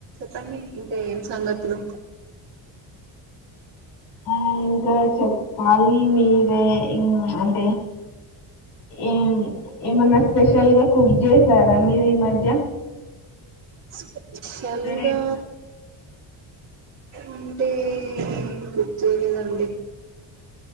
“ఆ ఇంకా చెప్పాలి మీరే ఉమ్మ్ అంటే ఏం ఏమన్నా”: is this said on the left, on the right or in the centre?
Left